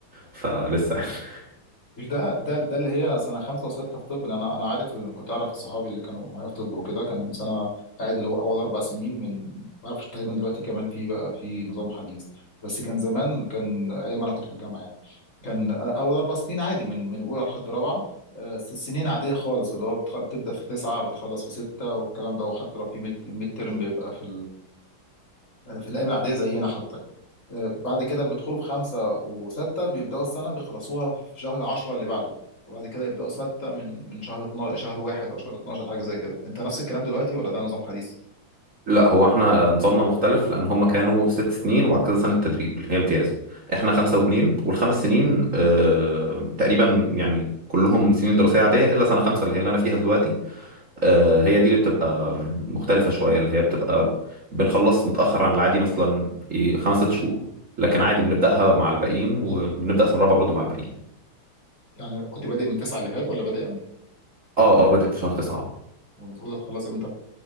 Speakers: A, on the right (about 40°); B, on the left (about 35°).
A: فلسه يعني <laughs>
B: مش ده ده ده اللي هي سنه خمسه وسته في طب إن انا انا عارف إن كنت اعرف صحابي اللي كانوا معايا في طب وكده كان سنه قاعد اللي هو اول اربع سنين من ما اعرفش تقريبا دلوقتي كمان في بقى في نظام حديث بس كان زمان كان ايام انا كنت في الجامعه يعني كان اول اربع سنين عادي من من اولى لحد رابعه آه، ست سنين عاديه خالص اللي هو بتخ- بتبدا في تسعه بتخلص في سته والكلام ده وحتى لو في ميد ميد ترم بيبقى في في الايام العاديه زينا حتى آه، بعد كده بيدخلوا في خمسه وسته بيبداوا السنه بيخلصوها في شهر 10 اللي بعده وبعد كده يبداوا سته من من شهر 12 شهر واحد او شهر 12 حاجه زي كده انت نفس الكلام دلوقتي ولا ده نظام حديث؟
A: لا هو احنا نظامنا مختلف لأن هم كانوا ست سنين وبعد كده سنة تدريب اللي هي امتياز احنا خمسة واتنين والخمس سنين اه تقريبا يعني كلهم سنين دراسية عادية إلا سنة خمسة اللي هي اللي أنا فيها دلوقتي آه، هي دي اللي بتبقى مختلفة شوية اللي هي بتبقى بنخلص متأخر عن العادي مثلا إيه، خمس ست شهور لكن عادي بنبدأها مع الباقيين وبنبدأ سنة رابعة برضه مع الباقيين
B: يعني كنت بادئ من تسعه اللي فات ولا بادئ امتى؟
A: اه اه بادئ في شهر تسعة آه.
B: والمفروض هتخلص امتى؟